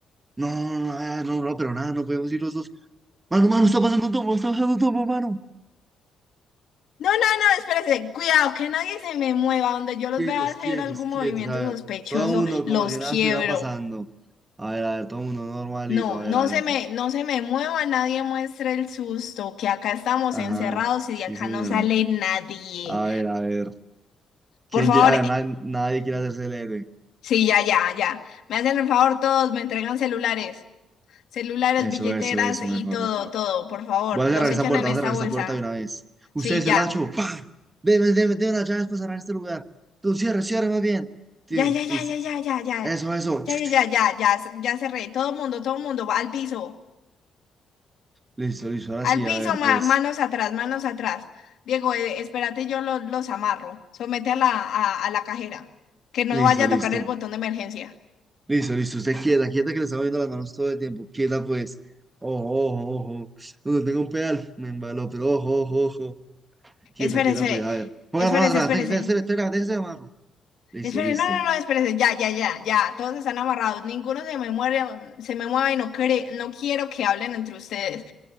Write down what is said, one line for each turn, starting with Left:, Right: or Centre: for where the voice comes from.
Right: No, no, no, ah, no, no, pero nada, no podemos ir los dos. Mano, mano,
Left: No,
Right: está pasando un tomo, está pasando un tomo, mano.
Left: no, no, espérese, cuidado, que nadie se me mueva, donde yo los
Right: Quietos,
Left: vea hacer
Right: quietos,
Left: algún
Right: quietos.
Left: movimiento
Right: A
Left: sospechoso,
Right: ver, todo el mundo
Left: los
Right: como si nada
Left: quiebro.
Right: estuviera pasando. A ver, a ver, todo el mundo normalito.
Left: No,
Right: A
Left: no
Right: ver, a ver,
Left: se me,
Right: tranquilo.
Left: no se me mueva, nadie muestre el susto, que acá estamos
Right: Ajá,
Left: encerrados y
Right: sí,
Left: de acá
Right: señor.
Left: no sale nadie.
Right: A ver, a ver. ¿Quién
Left: Por favor,
Right: quiere? A ver, na- nadie quiere hacerse el héroe.
Left: Sí, ya, ya, ya. Me hacen el favor todos, me entregan celulares, celulares,
Right: Eso,
Left: billeteras
Right: eso, eso,
Left: y
Right: mejor,
Left: todo,
Right: mejor.
Left: todo, por favor.
Right: Voy a
Left: Los
Right: cerrar esta
Left: echan
Right: puerta,
Left: en esta
Right: voy a cerrar esta
Left: bolsa.
Right: puerta de una vez.
Left: Sí,
Right: Usted es
Left: ya.
Right: el hacho, ¡pa! Deme, deme, deme las llaves para cerrar este lugar. Tú cierre, cierre más bien. Tin,
Left: Ya, ya,
Right: y
Left: ya,
Right: s-
Left: ya, ya, ya, ya.
Right: Eso, eso.
Left: Ya,
Right: Chu,
Left: ya,
Right: chu.
Left: ya, ya, ya, s- ya cerré. Todo mundo, todo mundo, va al piso.
Right: Listo, listo, ahora
Left: Al
Right: sí,
Left: piso,
Right: a ver,
Left: ma-
Right: pues.
Left: manos atrás, manos atrás. Diego, eh, espérate, yo lo- los amarro. Somete a la, a, a la cajera. Que no
Right: Listo,
Left: vaya a
Right: listo.
Left: tocar el botón de emergencia.
Right: Listo, listo. Usted quieta, quieta que le estamos viendo las manos todo el tiempo. Quieta, pues. Ojo, ojo, ojo. Donde tengo un pedal, me embaló, pero ojo, ojo, ojo. Quieta,
Left: Espérese,
Right: quieta, pues. A ver. Ponga
Left: espérese,
Right: la mano atrás.
Left: espérese, espérese.
Right: Déjese, déjese, déjese, déjese de amarro. Listo,
Left: Esperen,
Right: listo.
Left: no, no, no, espérense, ya, ya, ya, ya, todos están amarrados, ninguno se me muere, se me mueve, y no cree, no quiero que hablen entre ustedes.